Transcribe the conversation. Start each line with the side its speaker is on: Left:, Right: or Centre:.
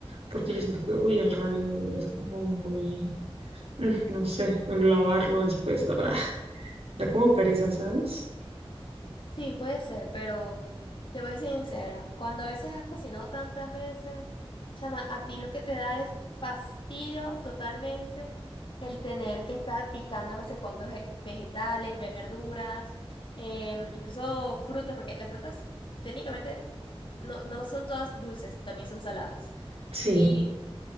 Right: porque
Left: Ujú.
Right: yo siento que, uy, el rallador es como muy, mm, no sé, lavarlo después, ah, da como pereza, ¿sabes?
Left: Sí, puede ser, pero te voy a ser sincera, cuando a veces has cocinado tantas veces, chama, a ti lo que te da es fastidio totalmente el tener que estar picando no sé cuántos ve- vegetales, verduras, em, incluso frutas, porque las frutas técnicamente no, no son todas dulces, también son saladas.
Right: Sí.
Left: Y